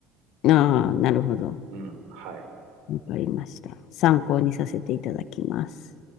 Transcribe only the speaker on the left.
ああ、なるほど。
わかりました。参考にさせていただきます。